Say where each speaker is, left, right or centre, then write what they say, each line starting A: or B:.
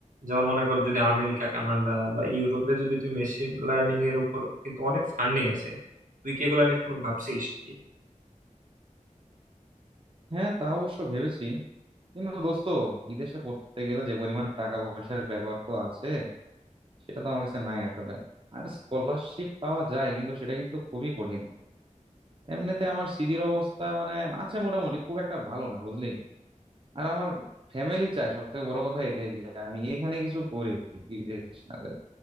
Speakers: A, on the right (about 85°); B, on the right (about 40°).
A: যেমন মনে কর যদি আমেরিকা কানাডা বা ইউরোপে যদি তুই মেশিন লার্নিং এর উপর কিন্তু অনেক ফান্ডিং আছে তুই কি এগুলা নিয়ে কোনো ভাবছিস কি?
B: হ্যাঁ তা অবশ্য ভেবেছি কিন্তু দোস্ত বিদেশে পড়তে গেলে যে পরিমাণ টাকা পয়সার ব্যাপার তো আছে সেটা তো আমার কাছে নাই আসলে আর স্কলারশিপ পাওয়া যায় কিন্তু সেটা কিন্তু খুবই কঠিন এমনিতে আমার সিজির অবস্থা মানে আছে মোটামুটি খুব একটা ভালো না বুঝলি আর আমার ফ্যামিলি চায় সব থেকে বড় কথা এটাই যে আমি এখানে কিছু করি বিদেশ না যাই